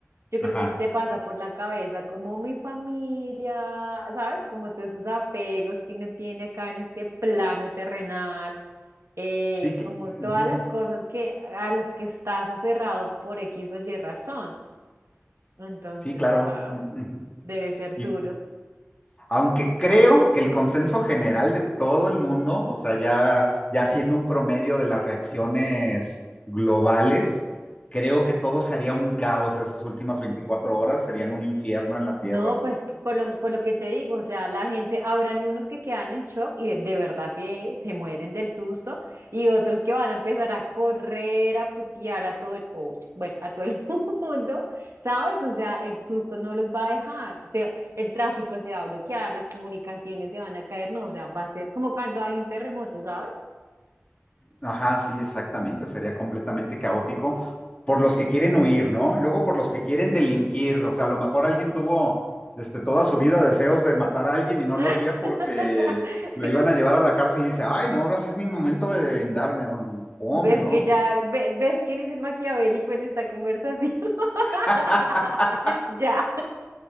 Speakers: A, on the right; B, on the left.
A: Yo creo
B: Ajá.
A: que se te pasa por la cabeza como mi familia, ¿sabes? Como todos esos apegos que uno tiene acá en este plano terrenal, eh,
B: Sí que.
A: como todas
B: ujú.
A: las cosas que a las que estás aferrado por X o Y razón. Entonces,
B: Sí, claro.
A: wow,
B: Mm, ujú.
A: debe ser
B: Y
A: duro.
B: aunque creo que el consenso general de todo el mundo, o sea, ya, ya siendo un promedio de las reacciones globales, creo que todo sería un caos esas últimas 24 horas, serían un infierno en la Tierra.
A: No, pues que- por lo, por lo que te digo, o sea, la gente, habrán unos que quedan en shock y de, de verdad que se mueren del susto y otros que van a empezar a correr, a putear a todo el, oh, <laughs> bueno, a todo el <laughs> mundo, ¿sabes? O sea, el susto no los va a dejar, o sea, el tráfico se va a bloquear, las comunicaciones se van a caer, no, o sea, va a ser como cuando hay un terremoto, ¿sabes?
B: Ajá, sí, exactamente, sería completamente caótico por los que quieren huir, ¿no? Luego por los que quieren delinquir, o sea, a lo mejor alguien tuvo este, toda su vida deseos de matar a alguien y no
A: <laughs>
B: lo hacía porque lo iban a llevar a la cárcel y dice, ay, no, ahora sí es mi momento de vengarme, o en pum,
A: ¿Ves
B: ¿no?
A: que ya, ve- ves quién es el maquiavélico en esta conversación? <laughs>
B: <laughs>
A: Ya.